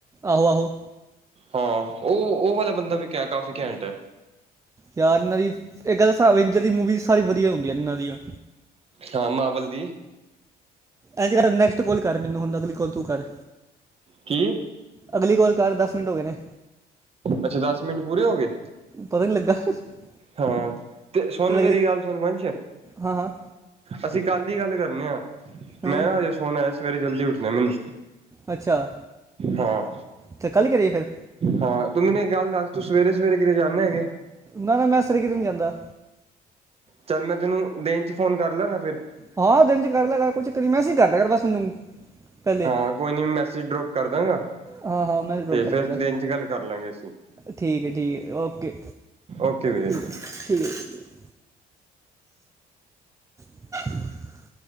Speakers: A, on the right; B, on the right.
A: ਆਹੋ -ਆਹੋ
B: ਹਾਂ, ਉਹ- ਉਹ ਵਾਲਾ ਬੰਦਾ ਵੀ ਕਿਆ ਕਾਫੀ ਘੈਂਟ ਐ।
A: ਯਾਰ ਇਹਨਾਂ ਦੀ ਇਕ ਗੱਲ ਦੱਸਾਂ, ਅਵੇਂਜਰ ਦੀ ਮੂਵੀਜ਼ ਸਾਰੀ ਵਧੀਆ ਹੁੰਦੀਆਂ ਇਹਨਾਂ ਦੀਆਂ।
B: ਹਾਂ ਮਾਵਲ ਦੀ।
A: ਇੰਜ ਕਰ ਨੈਕਸਟ ਕੋਲ ਕਰ ਮੈਨੂੰ, ਹੁਣ ਅਗਲੀ ਕੋਲ ਤੂੰ ਕਰ।
B: ਕੀ
A: ਅਗਲੀ ਕੋਲ ਕਰ, ਦਸ ਮਿੰਟ ਹੋ ਗਏ ਨੇ।
B: ਅੱਛਾ, ਦਸ ਮਿੰਟ ਪੂਰੇ ਹੋਗੇ।
A: ਪਤਾ ਨੀ ਲੱਗਾ ਚੱਲ
B: ਹਾਂ, ਤੇ ਸੁਣ ਮੇਰੀ
A: ਅਗਲੀ
B: ਗੱਲ ਸੁਣ ਵੰਸ਼
A: ਹਾਂ ਹਾਂ
B: ਅਸੀਂ ਕੱਲ ਦੀ ਗੱਲ ਕਰਨੇ ਆ,
A: ਹਾਂ
B: ਮੈਂ ਨਾ ਹਜੇ ਸੋਣ ਆਇਆ ਸਵੇਰੇ ਜਲਦੀ ਉੱਠਦੇ ਮੈਨੂੰ
A: ਅੱਛਾ,
B: ਹਾਂ
A: ਤੇ ਕੱਲ੍ਹ ਕਰੇ ਫਿਰ
B: ਹਾਂ, ਤੂੰ ਮੈਨੂੰ ਇੱਕ ਗੱਲ ਦੱਸ ਤੂੰ ਸਵੇਰੇ ਸਵੇਰੇ ਕਿਤੇ ਜਾਂਦੇੇ ਹੈਗੇ
A: ਨਾ -ਨਾ ਮੈਂ ਸਵੇਰੇ ਕਿਤੇ ਨਹੀਂ ਜਾਂਦਾ
B: ਚੱਲ, ਮੈਂ ਤੈਨੂੰ ਦਿਨ ਚ ਫੋਨ ਕਰ ਲਾਂਗਾ ਫਿਰ
A: ਹਹ ਦਿਨ ਚ ਕਰਦਾ ਕਰ ਕੋਈ ਚੱਕਰ ਨਹੀ, ਮੈਂਸਜ ਕਰਦਾ ਕਰ ਬਸ ਮੈਨੂੰ ਪਹਿਲੇ
B: ਹਾਂ, ਕੋਈ ਨੀ ਮੈਸੇਜ ਡਰੋਪ ਕਰ ਦਾਂਗਾ
A: ਹਾਂ ਹਾਂ ਮੈਂਸਜ ਡੋਪ
B: ਤੇ
A: ਕਰ
B: ਫਿਰ
A: ਦੇਗਾ,
B: ਦਿਨ ਚ ਗੱਲ ਕਰ ਲਾਂਗੇ ਅਸੀਂ
A: ਠੀਕ ਹੈ ਠੀਕ ਹੈ ਓਕੇ।
B: ਓਕੇ ਵੀਰੇ
A: ਠੀਕ ਹੈ ਠੀਕ ਹੈ <unintelligible> <unintelligible>